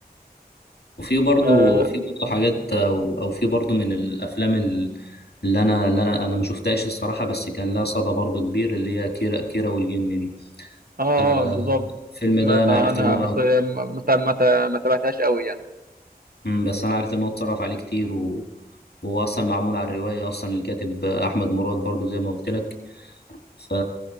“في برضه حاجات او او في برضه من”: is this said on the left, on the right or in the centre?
Left